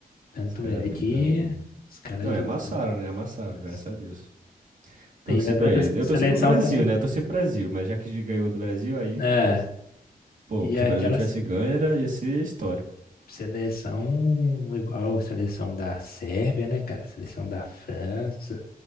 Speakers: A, on the left; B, on the right.
A: Tanto
B: Os caras
A: é
B: brincam
A: que
B: muito.
A: os caras
B: Não, e
A: jogando.
B: amassaram, né? Amassaram,
A: Nossa.
B: graças a Deus. Torci
A: E as
B: pra
A: outras
B: eles. Eu
A: seleção
B: torci pro Brasil,
A: também.
B: né? Eu torci pro Brasil, mas já que ganhou do Brasil, aí
A: É,
B: beleza. Pô,
A: e
B: se
A: aquelas
B: o Brasil tivesse ganho, era, ia ser histórico.
A: seleção igual a seleção da Sérvia, né, cara? Seleção da França,